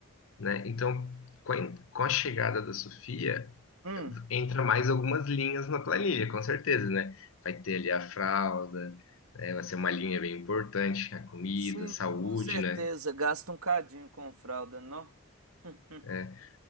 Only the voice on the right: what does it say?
Hum,
sim,
com certeza.
Gasta um cadinho com fralda, não? Uhum.